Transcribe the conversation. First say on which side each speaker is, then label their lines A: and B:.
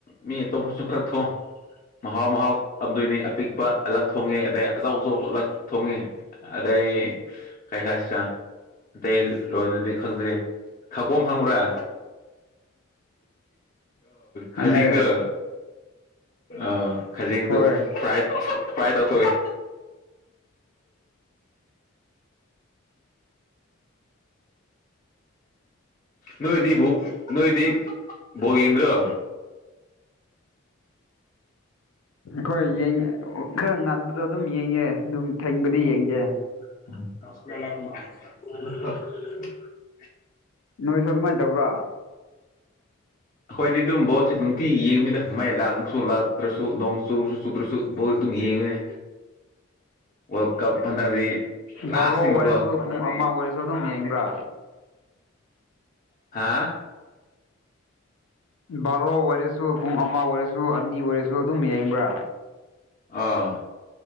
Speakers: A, on the left (about 35°); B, on the left (about 80°).
A: ꯃꯤ ꯑꯇꯣꯞꯄꯁꯨ ꯈꯔ ꯊꯣꯡ ꯃꯍꯥꯎ ꯃꯍꯥꯎ ꯐꯝꯗꯣꯏꯅꯤ ꯑꯄꯤꯛꯄ ꯑꯂꯛ ꯊꯣꯡꯉꯦ ꯑꯗꯩ ꯑꯆꯧ ꯑꯆꯧꯕꯁꯨ ꯑꯂꯛ ꯊꯣꯡꯉꯦ ꯑꯗꯩ ꯀꯩ ꯍꯥꯏꯁꯤꯔꯥ ꯑꯇꯩ ꯂꯣꯟꯗꯗꯤ ꯈꯪꯗ꯭ꯔꯤ ꯀꯣꯡ ꯈꯪꯕ꯭ꯔꯥ
B: ꯈꯪꯉꯦ
A: ꯈꯖꯤꯡꯗ ꯑꯥ ꯈꯖꯤꯡꯗꯨ
B: ꯍꯣꯏ
A: ꯐ꯭ꯔꯥꯏ ꯐ꯭ꯔꯥꯏ ꯇꯧꯊꯣꯛꯏ ꯅꯣꯏꯗꯤ ꯅꯣꯏꯗꯤ ꯕꯣꯜ ꯌꯦꯡꯗ꯭ꯔꯣ
B: ꯑꯩꯈꯣꯏ ꯌꯦꯡꯉ ꯈꯔ ꯉꯟꯕꯗꯣ ꯑꯗꯨꯝ ꯌꯦꯡꯉꯦ ꯑꯗꯨꯝ ꯊꯦꯡꯕꯗꯤ ꯌꯦꯡꯗꯦ
A: <unintelligible>
B: ꯅꯣꯏꯁꯨ ꯑꯗꯨꯃꯥꯏꯅ ꯇꯧꯕ꯭ꯔꯥ
A: ꯑꯩꯈꯣꯏꯗꯤ ꯑꯗꯨꯝ ꯕꯣꯠꯁꯦ ꯅꯨꯡꯇꯤ ꯌꯦꯡꯉꯤꯗ ꯃꯩ ꯂꯥꯛꯁꯨ ꯂꯥꯛꯇ꯭ꯔꯁꯨ ꯅꯣꯡ ꯆꯨꯨꯔꯁꯨ ꯆꯨꯗ꯭ꯔꯁꯨ ꯕꯣꯜ ꯑꯗꯨꯝ ꯌꯦꯡꯉꯦ ꯋꯥꯔꯜ ꯀꯞ <unintelligible> ꯂꯥꯁꯅꯤꯅꯀꯣ
B: ꯕꯥꯔꯣ ꯑꯣꯏꯔꯁꯨ ꯄꯨꯡ ꯑꯃ ꯑꯣꯏꯔꯁꯨ ꯑꯗꯨꯝ ꯌꯦꯡꯕ꯭ꯔꯥ
A: ꯍꯥꯥ
B: ꯕꯥꯔꯣ ꯑꯣꯏꯔꯁꯨ ꯄꯨꯡ ꯑꯃ ꯑꯣꯏꯔꯁꯨ ꯑꯅꯤ ꯑꯣꯏꯔꯁꯨ ꯑꯗꯨꯝ ꯌꯦꯡꯕ꯭ꯔꯥ
A: ꯑꯥ